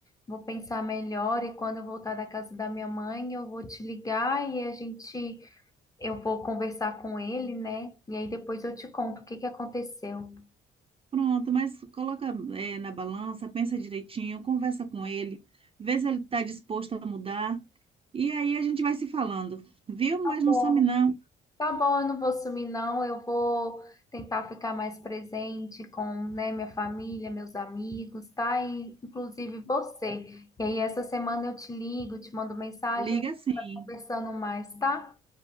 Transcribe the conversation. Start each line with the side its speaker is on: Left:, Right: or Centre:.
Left: Vou pensar melhor e quando eu voltar da casa da minha mãe, eu vou te ligar e a gente eu vou conversar com ele, né? E aí depois eu te conto o que que aconteceu.
Right: Pronto, mas coloca, é, na balança, pensa direitinho, conversa com ele, vê se ele está disposto a mudar. E aí a gente vai se falando, viu?
Left: Tá
Right: Mas
Left: bom.
Right: não some não.
Left: Tá bom, eu não vou sumir, não. Eu vou tentar ficar mais presente com, né, minha família, meus amigos, tá? E, inclusive você. E aí, essa semana eu te ligo, te mando mensagem,
Right: Liga
Left: a gente
Right: sim.
Left: vai conversando mais, tá?